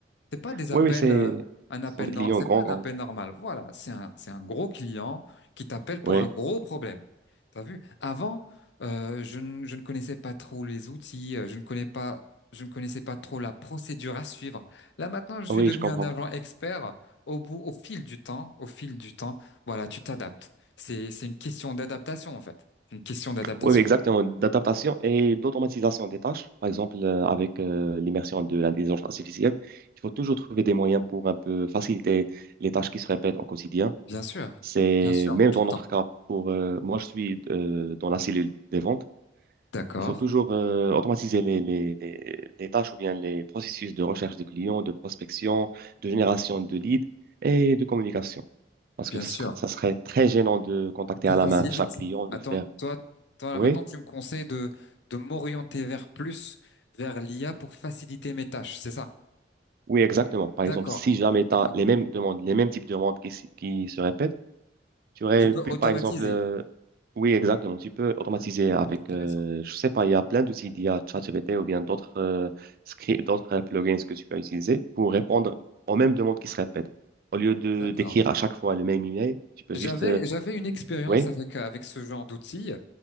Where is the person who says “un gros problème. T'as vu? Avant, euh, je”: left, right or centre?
Left